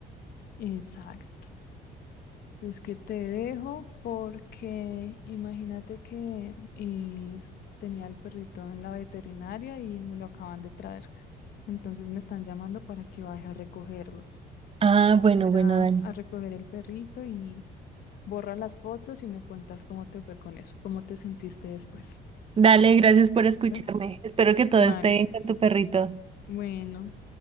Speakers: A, on the left; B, on the right.
A: Exacto. Es que te dejo porque imagínate que eh, tenía el perrito en la veterinaria y me lo acaban de traer. Entonces me están llamando para que vaya a recogerlo.
B: Ah,
A: Voy
B: bueno,
A: a ir
B: bueno,
A: a
B: Dani.
A: a recoger el perrito y borra las fotos y me cuentas cómo te fue con eso, cómo te sentiste después.
B: Dale, gracias por
A: ¿Listo?
B: escucharme. Espero que todo
A: Vale,
B: esté bien con tu perrito.
A: Bueno,